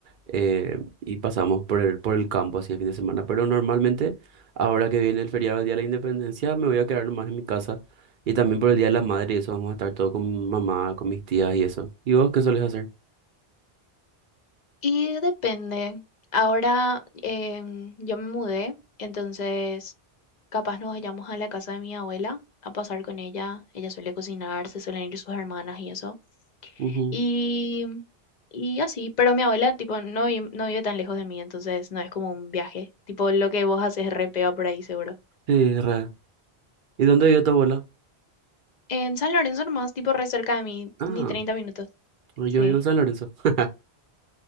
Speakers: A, on the right; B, on the left.
A: eh, y pasamos por el, por el campo así el fin de semana. Pero normalmente, ahora que viene el feriado del Día de la Independencia, me voy a quedar nomás en mi casa. Y también por el Día de la Madre, y eso vamos a estar todo con mi mamá, con mis tías y eso. ¿Y vos qué sueles hacer?
B: Y depende. Ahora em, yo me mudé, entonces capaz nos vayamos a la casa de mi abuela a pasar con ella. Ella suele cocinar, se suelen ir sus hermanas y eso.
A: Ujú.
B: Y, y así, pero mi abuela tipo no, vi- no vive tan lejos de mí, entonces no es como un viaje. Tipo lo que vos haces es re pega por ahí seguro.
A: Sí, re. ¿Y dónde vive tu abuela?
B: En San Lorenzo nomás, tipo re cerca de mí,
A: Ah,
B: ni 30 minutos.
A: pues
B: Sí.
A: yo vivo en San Lorenzo. <laughs>